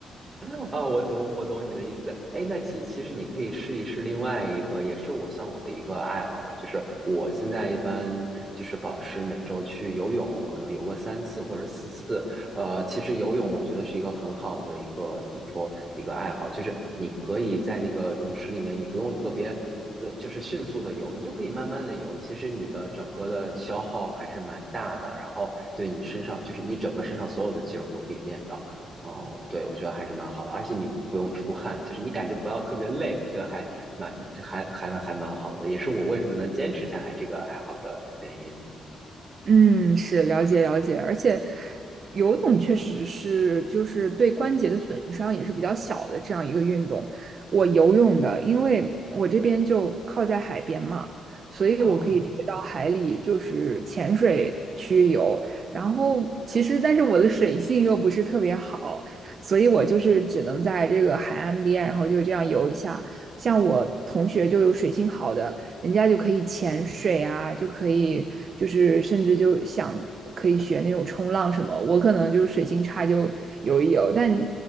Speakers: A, on the right (about 20°); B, on the right (about 45°).
A: <laughs> 哦，我懂，我懂你的意思。哎，那其其实你可以试一试另外一个，也是我算我的一个爱好吧，就是我现在一般就是保持每周去游泳，可能游个三次或者四次。呃，其实游泳我觉得是一个很好的一个怎么说一个爱好，就是你可以在那个泳池里面，你不用特别呃，就是迅速的游，你就可以慢慢的游。其实你的整个的消耗还是蛮大的，然后对你身上就是你整个身上所有的肌肉都可以练到。哦，对，我觉得还是蛮好的，而且你不用出汗，就是你感觉不到特别累，我觉得还蛮，这还还还蛮好的，也是我为什么能坚持下来这个爱好的原因。
B: 嗯，是了解了解，而且游泳确实是就是对关节的损伤也是比较小的这样一个运动。我游泳的，因为我这边就靠在海边嘛，所以我可以直接到海里就是潜水去游。
A: 哦，
B: 然后其实，但是我的水性又不是特别好，所以我就是只能在这个海岸边，然后就这样游一下。像我同学就有水性好的。人家就可以潜水啊，就可以就是甚至就想可以学那种冲浪什么。我可能就是水性差，就游一游。但